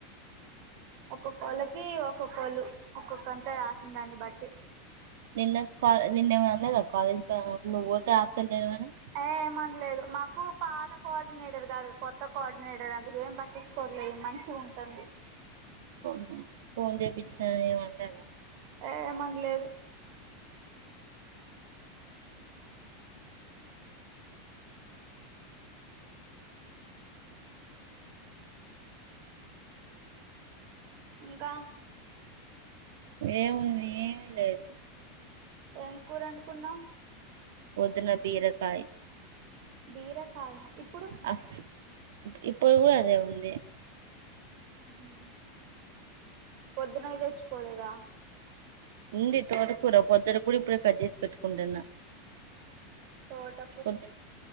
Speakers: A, on the right; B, on the right.
A: ఒక్కొక్కళ్ళకి ఒక్కొక్కళ్ళు ఒక్కొక్క అంతా రాసిన దాన్ని బట్టి
B: నిన్న కా నిన్న ఏమన్న అనలే గదా కాలేజ్ కి ఆమె పోతుంది. నువ్ పోతే ఆబ్సెంట్ ఐనవనీ
A: ఏ ఏమనలేదు మాకు పాత కోఆర్డినేటర్ కాదు కొత్త కోఆర్డినేటర్ అందుకే ఏం పట్ తెచ్చుకోవట్లేదు మంచిగుంటంది.
B: పోను ఫోన్ జేపించ్చీనవేమో అంటరు.
A: ఏమన్లేదు. ఇంకా!
B: ఏముంది ఏమిలేదు
A: ఏం కూరఅండుకున్నావ్?
B: పొద్దున బీరకాయి.
A: బీరకాయ ఇప్పుడు
B: అస్ ఇప్పుడు గూడ అదే ఉంది.
A: ఉ పొద్దున తెచ్చుకోలేదా!
B: ఉంది తోటకూర పొద్దుటి కి గూడ ఇప్పుడే కట్ చేసి పెట్టుకుంటాన.
A: తోట
B: పొద్